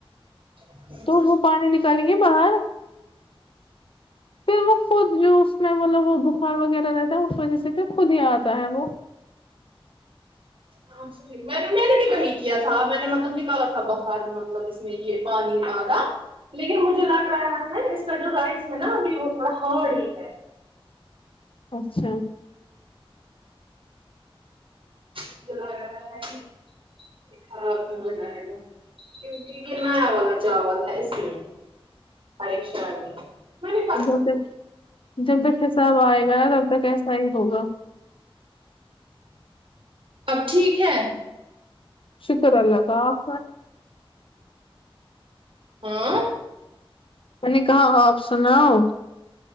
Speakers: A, on the right (about 65°); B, on the left (about 65°).
A: ہاں
B: تو وہ پانی نکالیں گے باہر پھر وہ خود جو اس میں مطلب وہ بخار وغیرہ رہتا ہے اس وجہ سے پھر خود ہی آتا ہے وہ
A: آاں میں نے بھی وہی کیا تھا میں نے مطلب نکالا تھا باہر مطلب اس میں یہ پانی آدھا لیکن مجھے لگ رہا ہے نا اس کا جو رائس ہے نا ابھی وہ تھوڑا ہرڈ ہی ہے
B: اچھا
A: مجھے لگ رہا ہے کہ د ہو جائے گا کیونکہ کنا آوا بچاواز ہے اس لیے پریشاانی م پ
B: ب سک جب تک حساب آئے گا تب تک ایسا ہی ہوگا
A: اب ٹھیک ہے
B: شکر اللہ صاحپ
A: ہاں
B: میں نے کہا آپ سناؤ